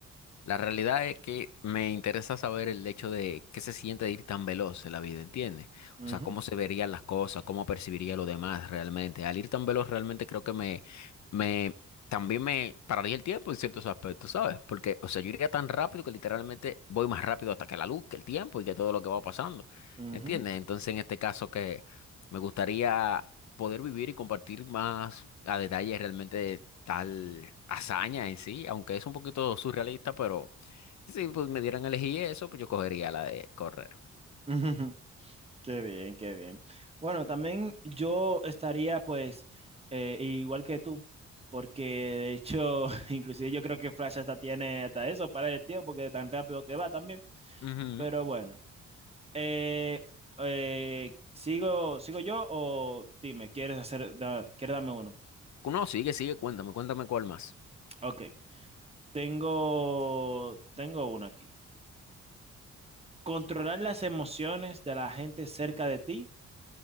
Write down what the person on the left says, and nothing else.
La realidad es que me interesa saber el hecho de qué se siente de ir tan veloz en la vida, ¿entiendes?
O sea, cómo se verían las cosas, cómo percibiría lo demás realmente. Al ir tan veloz realmente creo que me, me, también me pararía el tiempo en ciertos aspectos, ¿sabes? Porque, o sea, yo iría tan rápido que literalmente voy más rápido hasta que la luz, que el tiempo y que todo lo que va pasando,
¿entiendes? Entonces, en este caso que me gustaría poder vivir y compartir más a detalle realmente tal hazaña en sí, aunque es un poquito surrealista, pero si pues, me dieran a elegir eso, pues yo cogería la de correr.
Ujú.
No, sigue, sigue, cuéntame, cuéntame cuál más.